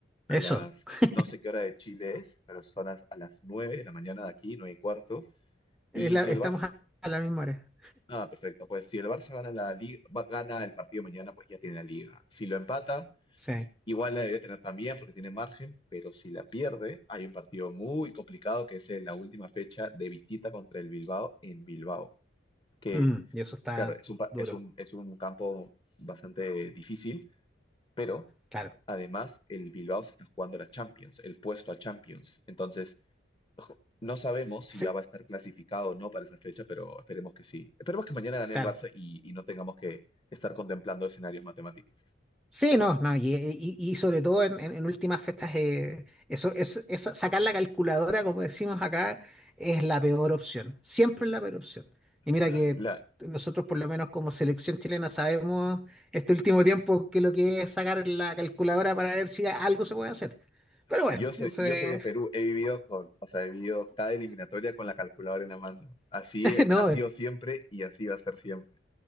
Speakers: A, on the left (about 25°); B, in the centre.
A: a
B: Eso.
A: las,
B: <laughs>
A: no sé qué hora de Chile es, pero son las- a las 9 de la mañana de aquí, 9 y cuarto.
B: Es
A: Y
B: la-
A: si el
B: estamos
A: Barça,
B: a a la misma hora.
A: ah, perfecto, pues si el Barça gana, la liga, gana el partido mañana, pues ya tiene la liga. Si lo empata,
B: Sí.
A: Igual la debería tener también porque tiene margen, pero si la pierde, hay un partido muy complicado que es en la última fecha de visita contra el Bilbao en Bilbao, que
B: Mm, y eso está
A: claro, es un, pa-
B: duro.
A: es un, es un campo bastante difícil, pero
B: Claro.
A: además el Bilbao se está jugando la Champions, el puesto a Champions. Entonces, ojo, no sabemos si
B: Sí,
A: ya va a estar clasificado o no para esa fecha, pero esperemos que sí. Esperemos que mañana gane
B: claro.
A: el Barça y, y no tengamos que estar contemplando escenarios matemáticos.
B: Sí, no, no, y, y- y sobre todo en, en- en últimas fechas, eh, eso, es esa- sacar la calculadora, como decimos acá, es la peor opción, siempre es la peor opción. Y mira
A: Ay,
B: que
A: la,
B: nosotros, por lo menos como selección chilena, sabemos este último tiempo que lo que es sacar la calculadora para ver si algo se puede hacer. Pero bueno,
A: Yo soy,
B: eso
A: yo
B: es,
A: soy de Perú, he vivido con, o sea, he vivido cada eliminatoria con la calculadora en la mano. Así
B: <laughs> no,
A: ha sido siempre y así va a ser siempre.